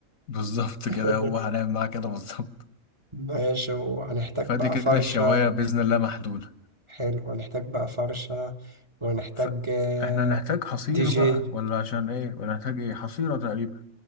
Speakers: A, on the left; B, on the right.
A: بالظبط
B: <laughs>
A: كده هو هنعمل معاه كده بالظبط
B: ماشي وهنحتاج
A: فدي
B: بقى
A: كده
B: فرشة
A: الشوايه باذن الله محلوله
B: حلو هنحتاج بقى فرشة وهنحتاج
A: ف...
B: آه،
A: احنا نحتاج حصير
B: دي جي
A: بقى ولا عشان ايه ولا نحتاج ايه حصيره تقريبا